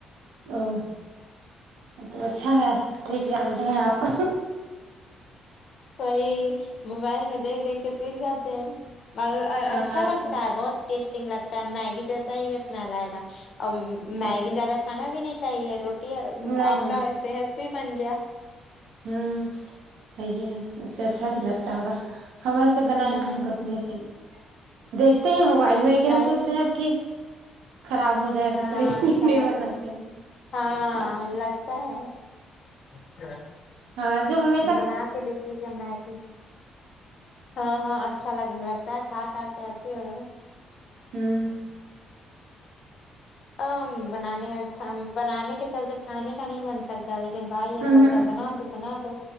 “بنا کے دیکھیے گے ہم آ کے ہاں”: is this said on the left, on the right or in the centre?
Left